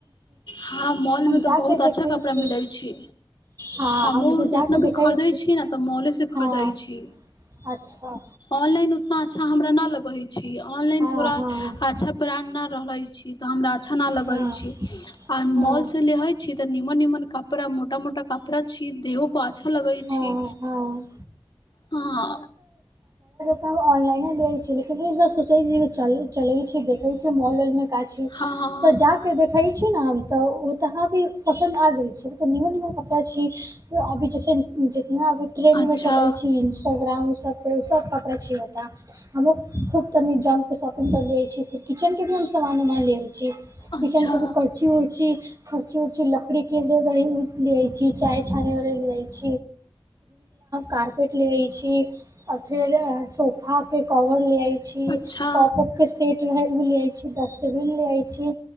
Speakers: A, on the left (about 55°); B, on the right (about 40°).
A: हँ मॉल मे तऽ
B: जाके
A: बहुत अच्छा
B: देखै
A: कपड़ा
B: छी
A: मिलै छै
B: हँ
A: हमहूँ
B: हम जाके
A: जितना
B: देखै
A: भी खरीदै छी ने तऽ मॉलेसँ खरीदै
B: हँ
A: छी
B: अच्छा
A: ऑनलाइन उतना अच्छा हमरा नहि लगै छी ऑनलाइन
B: हँ
A: थोड़ा
B: हँ
A: अच्छा ब्रांड रहले छी तऽ हमरा अच्छा न लग
B: हँ
A: आ मॉल
B: हँ
A: से ले छी इमन इमन कपड़ मोटा मोटा कपड़ा छी देहो <unintelligible> पाछा लगै
B: हँ
A: छी
B: हँ हँ
A: हँ
B: सब ऑनलाइने देे छै लेकिन इस बार सोचे छी च चले छै देखे छी मॉल <unintelligible> मे गाछी
A: हँ
B: तऽ जाके देखै छी ने हम <unintelligible> तऽ ओ तऽ अहाँ भी पसन्द आ गेल छै मतलब निओ निओ कपड़ा छी अभी जैसे जितना अभी ट्रेंडमे
A: अच्छा
B: चलै छै इन्स्टाग्राम सब सब कपड़ा छै हम ख त जाम के शॉपिंग करलिय छीर किचेन के भी हम सामान उमान लेे छी किचन
A: अच्छा
B: के भी करर्ची उीर्ची उर्च पकरी के ल लिय छी चाय छाने वाले ल ू कारेट ले फेर हा के कवर लिया छी
A: अच्छा
B: कपप के सेट लिय छी डस्टबिन लेइ छी